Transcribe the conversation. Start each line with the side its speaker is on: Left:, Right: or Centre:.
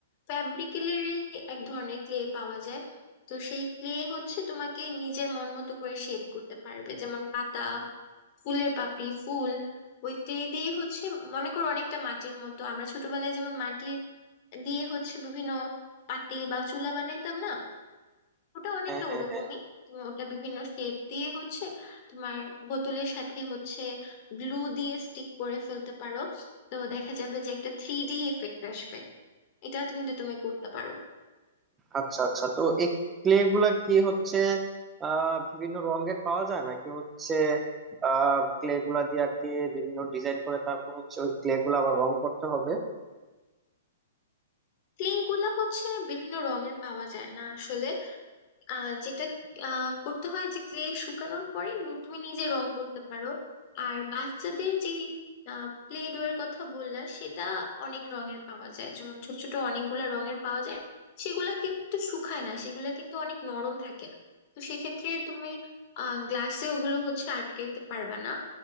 Left: ফ্যাব্রিকেলেরই এক ধরনের ক্লে পাওয়া যায় তো সেই ক্লে হচ্ছে তোমাকে নিজের মন মতো করে শেপ করতে পারবে যেমন পাতা ফুলের পাপড়ি ফুল ওই ক্লে দিয়ে হচ্ছে মনে করো অনেকটা মাটির মতো আমরা ছোটবেলায় যেমন মাটি দিয়ে হচ্ছে বিভিন্ন পাতিল বা চুলা বানাইতাম না ওটা অনেকটা
Right: হ্যাঁ হ্যাঁ
Left: ওরকমই
Right: হ্যাঁ
Left: তুমি ওটা বিভিন্ন শেপ দিয়ে হচ্ছে তোমার বোতলের সাথে হচ্ছে গ্লু দিয়ে স্টিক করে ফেলতে পারো তো দেখা যাবে যে একটা থ্রি ডি এফেক্ট আসবে এটা কিন্তু তুমি করতে পারো
Right: আচ্ছা আচ্ছা তো এই ক্লে গুলা কি হচ্ছে আহ বিভিন্ন রঙের পাওয়া যায় নাকি হচ্ছে আহ ক্লে গুলা দিয়ে আর কি বিভিন্ন ডিজাইন করে তারপর হচ্ছে ওই ক্লে গুলা আবার রং করতে হবে
Left: ক্লে গুলা হচ্ছে বিভিন্ন রঙের পাওয়া যায় না আসলে আহ যেটা আহ করতে হয় যে ক্লে শুকানোর পরে নু- তুমি নিজে রং করতে পারো আর বাচ্চাদের যে প্লে ডো এর কথা বললা সেটা অনেক রঙের পাওয়া যায় যেমন ছোট ছোট অনেকগুলা রঙের পাওয়া যায় সেগুলা কিন্তু শুকায় না সেগুলা কিন্তু অনেক নরম থাকে তো সেক্ষেত্রে তুমি আহ গ্লাসে ওগুলো হচ্ছে আটকাইতে পারবা না